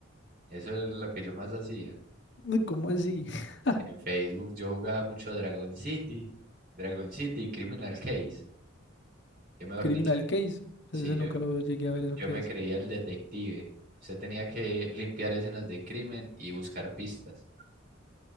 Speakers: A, on the right (about 45°); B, on the left (about 60°).
A: Eso es lo que yo más hacía.
B: Uy, ¿Cómo así? <laughs>
A: En Facebook yo jugaba mucho Dragon City, Dragon City, Criminal Case. Yo mejor
B: Criminal
A: dicho,
B: Case. O
A: sí,
B: sea, Ese
A: yo,
B: nunca lo llegué a ver, ¿eso
A: yo
B: qué
A: me
B: es?
A: creía el detective. Usted tenía que limpiar escenas de crimen y buscar pistas.